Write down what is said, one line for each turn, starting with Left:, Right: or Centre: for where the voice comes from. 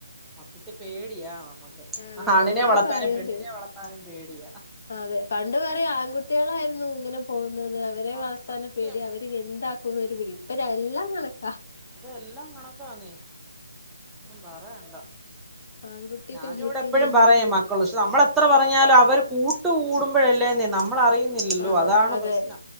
Centre: മക്കക്ക് പേടിയാ നമ്മക്ക്
Left: ആതെ
Centre: ആണിനെ
Left: ഓരോ
Centre: വളർത്താനും
Left: പ്രായം
Centre: പെണ്ണിനെ
Left: പേടി
Centre: വളർത്താനും പേടിയാ
Left: അതെ പണ്ട് പറിം ആൺകുട് കുട്ട്യേളായിരുന്നു ഇങ്ങനെ പോവുന്നെ ത് അവരെ
Centre: ആഹ്
Left: വാർത്താന്
Centre: സത്യം
Left: പേടിയ അവര് എന്താക്കുന്ന് ഒരു പിടി ഇപ്പ എല്ലാം കണക്കാ
Centre: അതെല്ലാം കണക്കാ ന്നെ ഒന്നും പറയാണ്ട
Left: ആൺകുട്ടി
Centre: ഞാൻ
Left: പെൺകുട്ടിന്നൊന്നും
Centre: ഇവ്ടെ എപ്പഴും പറയും മക്കൾ ക്ഷെ നമ്മൾ എത്ര പറഞ്ഞാലും അവർ കൂട്ട് കൂടു പ്പയല്ലേന്നെ നമു നമ്മൾ അറിയുന്നില്ലല്ലോ
Left: ആഹ്
Centre: അതാണ്
Left: അതെ
Centre: പ്രശ്നം